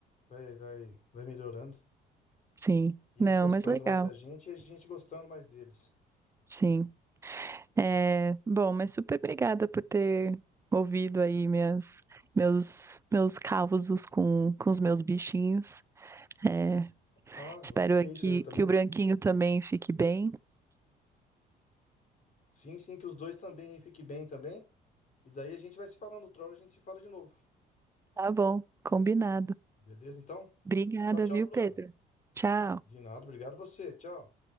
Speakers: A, on the left; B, on the right.
A: vai, vai, vai melhorando.
B: Sim.
A: E
B: Não,
A: Eles gostando
B: mas legal.
A: mais da gente e a gente gostando mais deles.
B: Sim. É, bom, mas super obrigada por ter ouvido aí minhas, meus, meus causos com, com os meus bichinhos. É,
A: Ah, não,
B: espero
A: que
B: aqui
A: isso, eu também.
B: que o branquinho também fique bem.
A: Sim, sim, que os dois também aí fiquem bem também. E daí a gente vai se falando, outra hora a gente se fala de novo.
B: Tá bom, combinado.
A: Beleza, então?
B: Obrigada,
A: Tchau, tchau,
B: viu,
A: Bruna.
B: Pedro? Tchau.
A: De nada, obrigado você. Tchau.